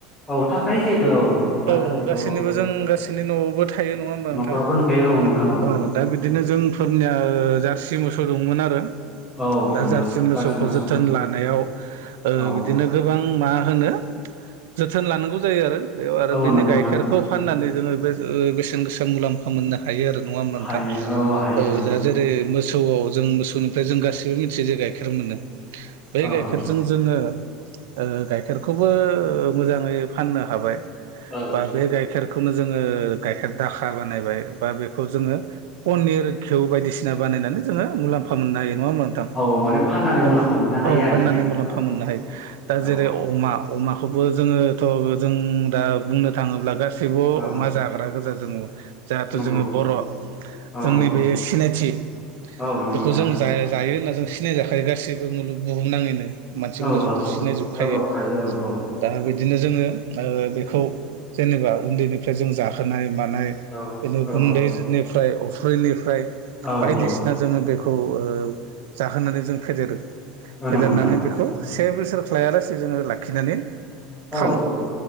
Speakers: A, in the centre; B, on the right.
A: औ थाखायो जिहेथु औ दासान्दिथ'
B: औ गासैनिबो जों गासैनि न'आव थायो नङा होमबा नोंथां
A: न'खरावबो नुखायो औ नोंथां
B: औ दा बि बिदिनो जोंफोरनिया ओ जारसि मोसौ दंमोन आरो।
A: औ
B: दा
A: नोंथां
B: जारसि मोसौखौ
A: मोसौ
B: जोथोन लानायाव ओ
A: औ
B: बिदिनो गोबां उम मा होनो जोथोन लानांगौ जायो आरो बेयाव आरो
A: औ
B: बेनि
A: नंगौ
B: गाइखेरखौ
A: नोंथां ओ
B: फाननानै जोङो बे ओ बेसेन गोसा मुलाम्फा हायो आरो नङा होमबा
A: हायो
B: नोंथां।
A: हायो
B: औ जा जेरै मोसौआव जों मोसौनिफ्राय जों गाससिबो मिथियो जे गाइखेर मोनो बै
A: औ
B: गाइखेरजों
A: नंगौ
B: जोङो ओ गाइखेरखौबो मोजाङै फाननो हाबाय
A: औ
B: बा बे गाय खेरखौनो जोङो गाइखेर दाखा बानायबाय बा बेखौ जोङो पनिर घिव बायदिसिना बानायनानै जोङो मुलाम्फा मोननो हायो नङामोनला नों थां।
A: औ माने फाननानै मुलाम्फा
B: औ
A: मोननो हायो
B: औ
A: आरो
B: फाननानै
A: नोंथां
B: मुलाम्फा
A: औ
B: मोननो हायो दा जेरै
A: औ
B: अमा अमाखौबो जोङोथ' जों दा बुंनो थाङोब्ला गासैबो
A: औ
B: अमा जाग्रा गोजा जोङो। जाहाथु
A: नंगौ
B: जोङो बर'
A: औ
B: जोंनि
A: नंगौ
B: बे सिनायथि
A: औ नंगौ
B: बेखौ
A: नोंथां
B: जों जाया जायो होन्ना जों सिनाय जाखायो गासैबो मुलुग बुहुमनाङैनो। मानसिफोरा
A: औ
B: जोंखौ
A: औ
B: सिनाय जोबखायो।
A: औ औ हायो औ
B: दा बि दिनो जोङो ओ बेखौ जेनेबा उन्दैनिफ्राय जों जाखानाय मानाय
A: औ
B: बिनो
A: औ
B: गुनदैजोनिफ्राय अफ्रिनिफ्राय
A: औ
B: बायदिसिना
A: औ
B: जोङो बे खौ ओ जाहोनानै जों फेदेरो
A: औ
B: फेदेरनानै
A: नंगौ नोंथां औ
B: बेखौ से बोसोर खालायालासे जोङो लाखिनानै
A: औ
B: फानहरो